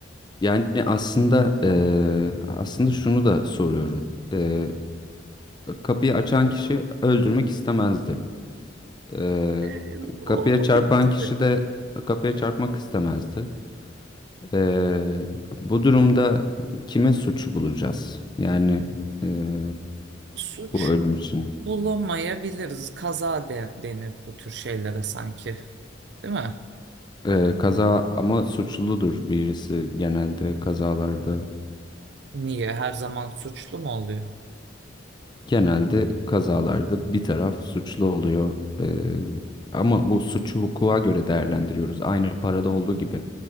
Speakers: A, on the left; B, on the right.
A: Yani aslında e, aslında şunu da soruyorum. E, kapıyı açan kişi öldürmek istemezdi. Ee,
B: E, olabilir
A: kapıya çarpan
B: tabii.
A: kişi de kapıya çarpmak istemezdi. Ee, bu durumda kime suç bulacağız? Yani ee,
B: Suç
A: bu ölüm için.
B: bulamayabiliriz. Kaza de- denir bu tür şeylere sanki. Değil mi?
A: Ee, kaza ama suçludur birisi genelde kazalarda.
B: Niye? Her zaman suçlu mu oluyor?
A: Genelde kazalarda bir taraf suçlu oluyor. Ee, ama bu suçu hukuka göre değerlendiriyoruz. Aynı parada olduğu gibi.